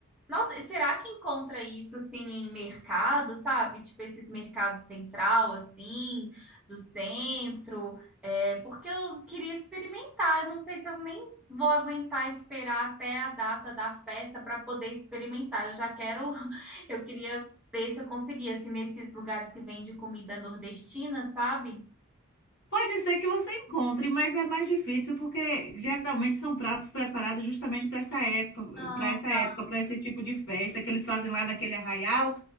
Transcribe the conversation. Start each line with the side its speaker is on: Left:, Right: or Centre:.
Centre: Nossa, e será que encontra isso assim em mercado, sabe? Tipo esses mercados central, assim, do centro? É, porque eu queria experimentar. Eu não sei se eu nem vou aguentar esperar até a data da festa para poder experimentar. Eu já quero, <laughs> eu queria ver se eu conseguia, assim, nesses lugares que vende comida nordestina, sabe?
Left: Pode ser que você encontre, mas é mais difícil porque geralmente são pratos preparados justamente para essa época,
Centre: Ah,
Left: para essa
Centre: tá.
Left: época, para esse tipo de festa que eles fazem lá naquele arraial,